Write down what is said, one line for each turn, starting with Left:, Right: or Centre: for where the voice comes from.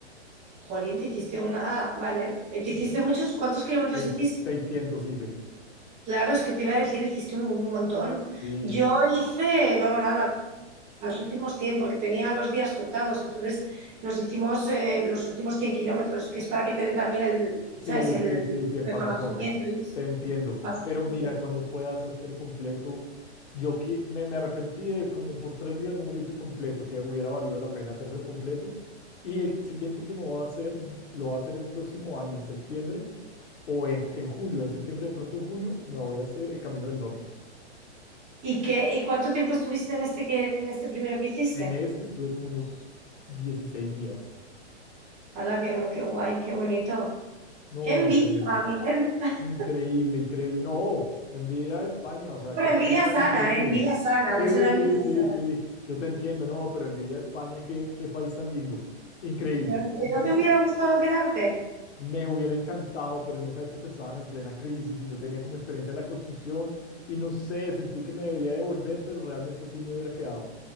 Right: Jolín, te hiciste una... Ah, vale. ¿Te hiciste muchos? ¿Cuántos kilómetros
Left: Sei-
Right: hiciste?
Left: seiscientos hice.
Right: Claro, es que te iba a decir, hiciste un, un montón.
Left: Sí,
Right: Yo hice, no, nada, los últimos 100 porque tenía los días juntados, entonces nos hicimos eh, los últimos 100 kilómetros, que es para que te den también el,
Left: sí,
Right: ¿sabes? el
Left: sí, sí, sí, sí, el
Right: reconocimiento
Left: pasaporte.
Right: y eso.
Left: Te entiendo.
Right: Bastante.
Left: Pero mira, cuando puedas, hazte lo completo. Yo qui- me, me arrepentí de como por tres días no me lo hice completo, que hubiera valido la pena hacérselo completo. Y el siguiente que me voy a hacer, lo voy a hacer el próximo año, en septiembre o en, ju- en julio. En septiembre, de pronto en julio, me voy a hacer el Camino del Norte.
Right: ¿Y, qué, y cuánto tiempo estuviste en este, que, en este primero que hiciste?
Left: En este estuve como unos 16 días.
Right: Hala, qué, qué guay, qué bonito.
Left: No,
Right: ¡Qué envidia,
Left: increíble.
Right: Miguel! <laughs>
Left: Increíble, increíble. No, envidia a España, o sea,
Right: Bueno,
Left: qué país
Right: envidia
Left: tan
Right: sana,
Left: increíble.
Right: ¿eh? Envidia sana,
Left: Sí,
Right: es una envidia
Left: sí, sí,
Right: sana.
Left: sí. Yo te entiendo, no, pero envidia a España, qué, qué país tan lindo. Increíble,
Right: ¿Que
Left: increíble.
Right: no te hubiera gustado quedarte?
Left: Me hubiera encantado, pero en esa época estaban en plena crisis y yo tenía como experiencia de la construcción y no sé, sentí que me debía devolver, pero realmente sí me hubiera quedado.